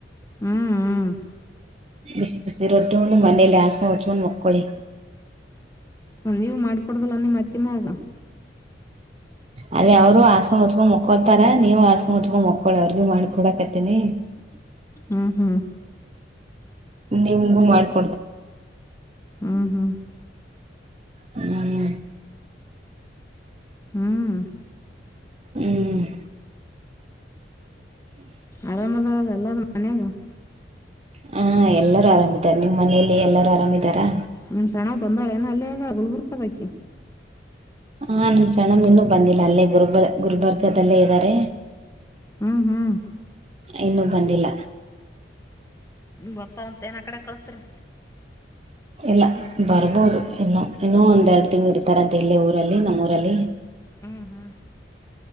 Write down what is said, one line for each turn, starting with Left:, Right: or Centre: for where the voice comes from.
Left: ಹ್ಮ್- ಹ್ಮ್
Right: ಬಿಸಿ ಬಿಸಿ ರೊಟ್ಟಿಂಡು ಮನೇಲಿ ಹಾಸಿಗೆ ಹಚ್ಕೊಂಡು ಮಕ್ಕಳಿ.
Left: ಒ ನೀವು ಮಾಡ್ಕೊಡದಲ್ಲ ಒಂದೆ ಮತ್ತೆಮ ಹೋಗ.
Right: ಅದೇ ಅವರು ಹಾಸ್ಕೊಂಡ್
Left: ಅದೇ ಅವರು
Right: ಮುಚ್ಕೊಂಡ್
Left: ಹಸ್ಮ
Right: ಮಕ್ಕೋತಾರ
Left: ಉಚ್ಕೊಂಡ್ ಮುಕ್ಕೊತಾರ
Right: ನೀವು ಹಾಸ್ಕೊಂಡ್
Left: ನೀವು
Right: ಮುಚ್ಕೊಂಡ್
Left: ಹಸ್
Right: ಮಕ್ಕೊಳಿ
Left: ಉಸ್ಕ್
Right: ಅವ್ರಿಗೂ
Left: ಮುಕ್ಕೊಳಿ
Right: ಮಾಡ್ಕೊಡಕತ್ತೇನಿ
Left: ಅವ್ರಿಗೆ ಮಾಡ್ಕಡ. ಹ್ಮ್ ಹ್ಮ್-
Right: ನಿಮಗು ಮಾಡ್ಕ.
Left: ಹ್ಮ್ ಹ್ಮ್-
Right: ಹ್ಮ್-
Left: ಹ್ಮ್-
Right: ಹ್ಮ-
Left: ಆರಾಮದಾರಲ್ಲ ಎಲ್ಲು ಮನ್ಯಾಗ.
Right: ಹಾ ಎಲ್ಲರೂ ಆರಾಮಿದಿದ್ದಾರೆ ನಿಮ್ಮ್ ಮನಲಿ ಎಲ್ಲರೂ ಆರಾಮಿದಾರಾ.
Left: ನಿಮ್ ಸಾನವ್ವ ಬಂದಳ ಏನು ಅಲ್ಲೇ ಗುಲ್ಬುರ್ಕ ಹೊದಕಿ.
Right: ಹಾ ನಮ್ ಸಣ್ಣಮ್ ಇನ್ನುೂ ಬಂದಿಲ್ಲ ಅಲ್ಲೇ. ಗುರ್ಬ ಗುಲ್ಬರ್ಗದಲ್ಲೇ ಇದ್ದಾರೆ
Left: ಹ್ಮ್ ಹ್ಮ್-
Right: ಇನ್ನುೂ ಬಂದಿಲ್ಲ.
Left: ಬರ್ತಾಳಂತೇನು ಆ ಕಡೆ ಕಳಸ್ತ್ರಿ.
Right: ಇಲ್ಲ ಬರ್ಬೋದು ಇನ್ನೂ ಇನ್ನೂ ಒಂದೆರಡು ತಿಂಗಂಗಳು ಇರ್ತಾರ ಅಂತ ಎಲ್ಲೇ ಊರಲ್ಲಿ ನಮ್ಮೂಊರಲ್ಲಿ.
Left: ಹ್ಮ್ ಹ್ಮ್-